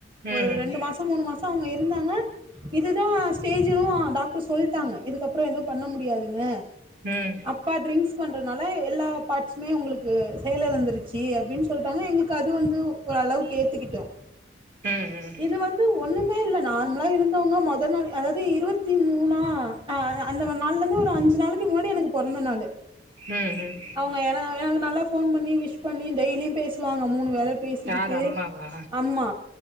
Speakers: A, on the right; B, on the right.
A: ம்
B: ஒரு
A: ம்
B: ரெண்டு மாசோ அப்ப மூனு மாசொ அவுங்க இருந்தாங்க இதுதா ஸ்டேஜு டாக்ட்ரு சொல்ட்டாங்க இதுக்கப் ப்றோ எதுவு பண்ண முடியாதுங்க
A: ம்
B: அப்பா ட்ரிங்ஸ் பண்றதுனால எல்லா பாட்ஸுமே உங்களுக்கு செயல் எழந்துருச்சி அப்டின் சொல்ட்டாங்க எங்களுக்கு அது வந்து ஒரு அளவுக்கு ஏத்துக்கிட்டோ
A: ம் ம்
B: இது வந்து ஒன்னுமே இல்ல நார்மலா இருந்தவுங்க மோத நாள் அதாவ்து இருபத்தி மூனா அ அதா அந்த நாள்ல இர்ந்து ஒரு அஞ்சு நாளுக்கு முன்னாடி எனக்கு பொறந்த நாளு
A: ம் ம்
B: அவுங்க என எனக்கு நல்லா ஃபோன் பண்ணி விஷ் பண்ணி டெய்லியு பேசுவாங்க மூனு வேல பேசிக்கிட்டு
A: யார் அம்மாவா
B: அம்மா